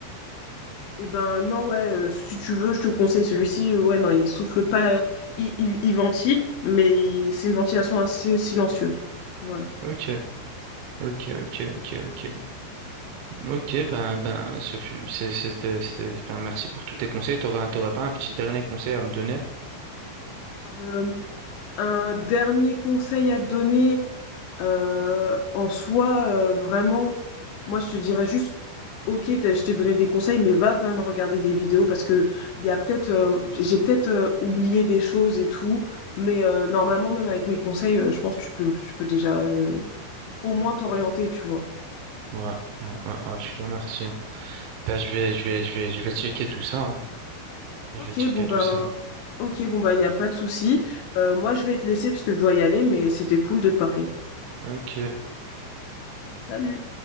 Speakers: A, on the left; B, on the right.
A: Et ben non, ouais, euh, si tu veux, je te conseille celui-ci. Ouais, non, il souffle pas, il, il, il ventile, mais il- c'est une ventilation assez silencieuse. Du coup, Voilà.
B: Ok, ok, ok, ok, ok. Ok, ben, ben, ce fut, c'est- c'était, c'était, enfin, merci pour tous tes conseils, t'aurais, t'aurais pas un petit dernier conseil à me donner?
A: Euh, un dernier conseil à te donner, euh, en soi, euh, vraiment, moi je te dirais juste Ok, t'as- je t'ai donné des conseils, mais va quand même regarder des vidéos parce que il y a peut-être, euh, j'ai peut-être euh, oublié des choses et tout, mais euh, normalement même avec mes conseils, euh, je pense que tu peux, tu peux déjà euh, au moins t'orienter, tu vois.
B: Ouais, ouais, ouais, en tout cas, merci. hein. Ben, je vais, je vais, je vais, je vais checker tout ça, hein. Je
A: Ok,
B: vais checker
A: bon
B: tout
A: ben,
B: ça.
A: ok, bon ben, il y a pas de souci. Euh, moi, je vais te laisser parce que je dois y aller, mais c'était cool de te parler.
B: Ok.
A: Salut.